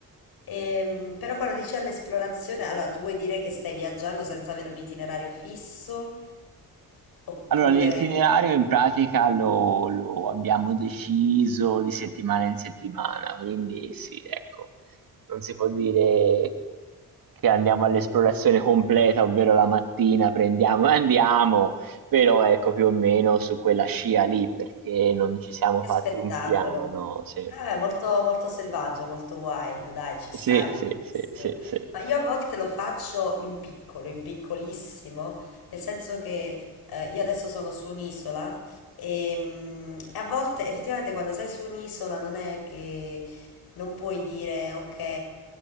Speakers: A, on the left (about 85°); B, on the right (about 70°).
A: Ehm, però quando dici all'esplorazione, allora tu vuoi dire che stai viaggiando senza avere un itinerario fisso? Oppure...
B: Allora, l'itinerario in pratica lo, lo abbiamo deciso di settimana in settimana, quindi sì, ecco, non si può dire che andiamo all'esplorazione completa, ovvero la mattina prendiamo <laughs> e andiamo, però ecco più o meno su quella scia lì, perché non ci siamo
A: Che
B: fatti
A: spettacolo.
B: un piano. Sì,
A: Ah, è molto, molto selvaggio, molto wild, dai, ci sta,
B: sì,
A: è bellissimo.
B: sì, sì, sì, sì,
A: Ma io a volte lo faccio in piccolo, in piccolissimo, nel senso che eh, io adesso sono su un'isola e, mm, e a volte effettivamente quando sei su un'isola non è che non puoi dire ok,